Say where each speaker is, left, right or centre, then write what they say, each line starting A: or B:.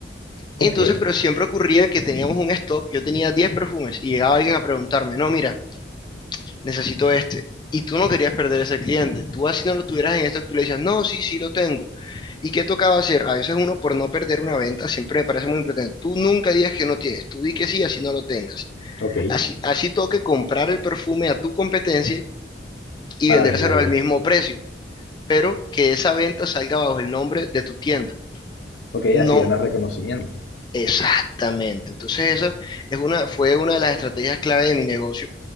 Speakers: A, on the left; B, on the left.
A: Ok,
B: Entonces, pero siempre ocurría que teníamos un stock, yo tenía 10 perfumes y llegaba alguien a preguntarme, no, mira, necesito este. Y tú no querías perder ese cliente. Tú así no lo tuvieras en esto, tú le decías, no, sí, sí lo tengo. ¿Y qué tocaba hacer? A veces uno por no perder una venta, siempre me parece muy importante. Tú nunca digas que no tienes, tú di que sí, así no lo tengas.
A: ok,
B: Así, así toque comprar el perfume a tu competencia y
A: para
B: vendérselo
A: venderlo.
B: al mismo precio, pero que esa venta salga bajo el nombre de tu tienda.
A: Ok,
B: No
A: así ganas reconocimiento.
B: exactamente. Entonces esa es una, fue una de las estrategias clave de mi negocio